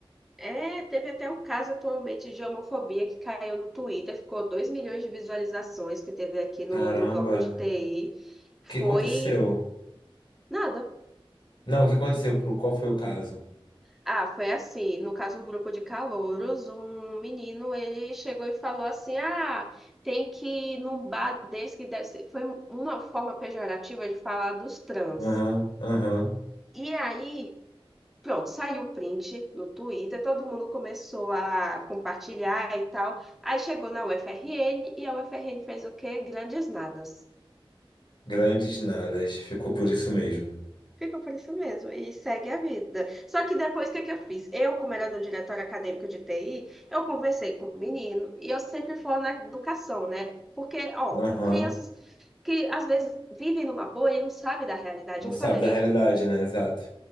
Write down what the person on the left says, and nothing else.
Caramba,
o que aconteceu?
Não, o que aconteceu? Pro- Qual foi o caso?
Aham, aham.
Grandes nadas. Ficou por isso mesmo.
Aham.
Não
sabe
da realidade, né? Exato.